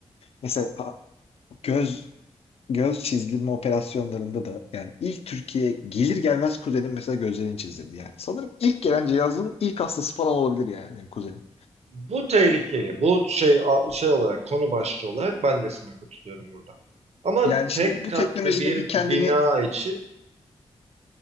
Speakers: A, on the left; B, on the right.
A: Mesela a- göz göz çizdirme operasyonlarında da yani ilk Türkiye'ye gelir gelmez kuzenim mesela gözlerini çizdirdi yani. Sanırım ilk gelen cihazın ilk hastası falan olabilir yani benim kuzenim.
B: bu tehlikeli. Bu şey a- şey olarak konu başlığı olarak ben de sana katılıyorum burada. Ama
A: Yani şimdi
B: tek
A: bu
B: katlı
A: teknolojinin
B: bir
A: bir kendini
B: bina için